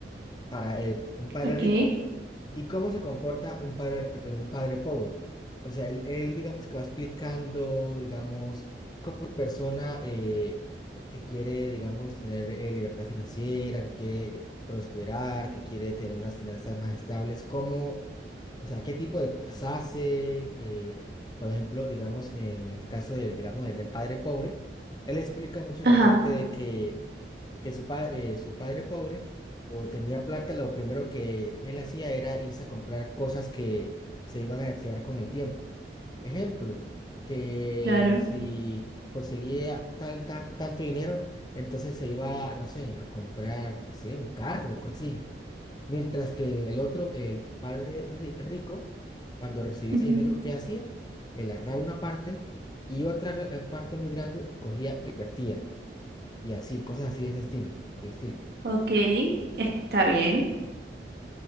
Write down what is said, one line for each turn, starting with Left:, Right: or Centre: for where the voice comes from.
Left: para eh, un padre
Right: Ok.
Left: rico y cómo se comporta un padre, eh, un padre pobre. O sea, él, él, digamos que va explicando, digamos, cómo una persona eh, que quiere, digamos, tener eh, libertad financiera, que quiere prosperar, que quiere tener unas finanzas más estables, cómo, o sea, qué tipo de cosas hace, eh, por ejemplo, digamos, en el caso del, digamos, del del padre pobre, él explica mucho
Right: Ajá,
Left: la parte de que que su, pa- eh, su padre pobre, cuando tenía plata, lo primero que él hacía era irse a comprar cosas que se iban a desear con el tiempo. Ejemplo, que
Right: claro.
Left: si conseguía tal, tan- tanto dinero, entonces se iba, no sé, a comprar, qué sé, un carro, cosas así. Mientras que el otro, el padre ri- rico, cuando recibía
Right: ujú,
Left: ese dinero, ¿qué hacía? Él agarraba una parte y otra eh, parte muy grande cogía e invertía y así, cosas así de ese estilo, por el estilo.
Right: Ok, está bien.